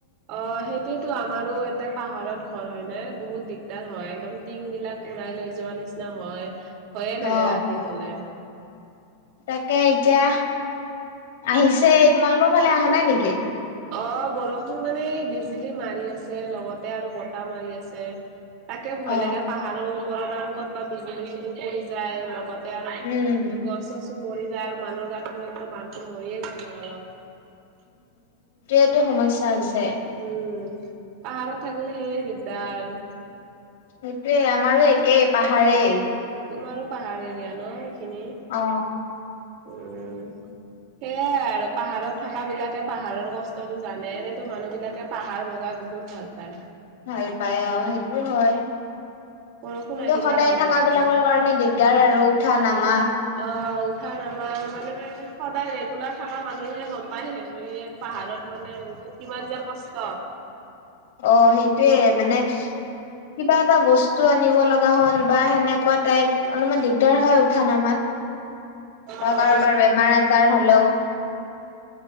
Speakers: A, on the right; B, on the left.
A: অ সেইটোয়েতো আমাৰো এটা পাহাৰত ঘৰ হয় নে বহুত দিগদাৰ হয় একদম টিং বিলাক উৰাই। লৈ যোৱা নিচিনা হয়, ভয়ে
B: অ
A: লাগে ৰাতি হলে।
B: তাকে এতিয়া আহিছে, তোমালোকৰ ফালে অহা নাই নেকি?
A: অ বৰষুণ মানে বিজুলী মাৰি আছে লগতে আৰু বতাহ মাৰি আছে। তাকে ভয়
B: অ
A: লাগে পাহাৰৰ ওপৰত আৰু কৰ'বা বিজুলী যিটো পৰি যায় লগত। আৰু
B: উম
A: গছ গছো মৰি যায় আৰু মানুহৰ গাতটো পৰি মৰিয়ে যায় লগালগ।
B: এটো সমস্যা হৈছে।
A: উম, পাহাৰত থাকিলে সেয়ে দিগদাৰ আৰু।
B: সেইটোৱে আমাৰো একেই পাহাৰেই।
A: তোমাৰো পাহাৰ এৰিয়া এইখিনি? ন।
B: অ
A: উম সেয়াই আৰু পাহাৰত থকা বিলাকে পাহাৰৰ কষ্টতটো জানে, এনেতো মানুহ বিলাকে পাহাৰ লগাই বহুত ভাল পায়।
B: ভাল পাই অ সেইটো হয়,
A: বৰষুণ
B: কিন্তু
A: আহিলে
B: সদায়
A: আমাৰ
B: থকা
A: ইয়াতে।
B: বিলাকৰ কাৰণে। মানে দিগদাৰ আৰু উঠা নামা।
A: অ উঠা নামা মানে সদায় ৰেগুলাৰ থকা মানুহে গম পায়ে ইয় পাহাৰত মানে। কিমান যে কষ্ট।
B: অ সেইটোয়ে মানে কিবা এটা বস্তু। বস্তু আনিব লগা হ'ল বা সেনেকুৱা টাইপ অলপমান দিগদাৰ হয় উঠা নামাত।
A: অ'
B: বা কাৰোবাৰ বেমাৰ আজাৰ হলেও।